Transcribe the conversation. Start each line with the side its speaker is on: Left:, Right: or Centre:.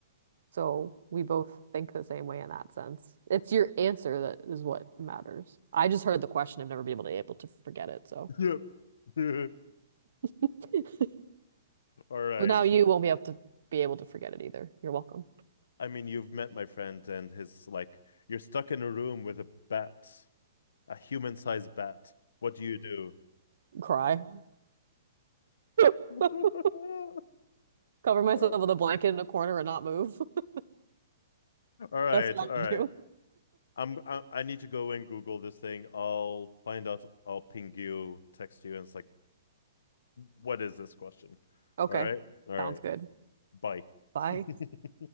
Right: So we both think the same way in that sense. It's your answer that is what matters. I just heard the question. I've never been able to able to forget it, so
Left: Yep. Yep.
Right: <laughs>
Left: All right.
Right: Well, now you won't be able to be able to forget it either. You're welcome.
Left: I mean, you've met my friend and his like you're stuck in a room with a bat, a human-sized bat. What do you do?
Right: <gasps> Cry. <laughs>
Left: <laughs>
Right: Cover myself
Left: All
Right: with a blanket in a corner and not move. <laughs>
Left: right,
Right: That's what
Left: all right.
Right: I would do.
Left: I'm I, I need to go and Google this thing. I'll find out. I'll ping you, text you, and it's like, what is this question?
Right: Okay.
Left: All right, all right.
Right: Sounds good.
Left: Bye.
Right: Bye.
Left: <laughs>